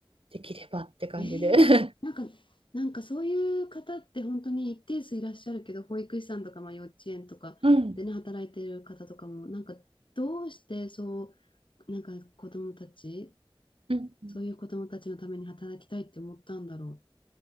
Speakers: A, on the right; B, on the left.
A: できればって感じで。
B: ええなんか、
A: <laughs>
B: なんかそういう方って本当に一定数いらっしゃるけど、保育士さんとか、まあ、幼稚園とかでね、
A: うん。
B: 働いてる方とかも、なんかどうしてそう、なんか子供たち、
A: うんうん
B: そういう子供たちのために働きたいって思ったんだろ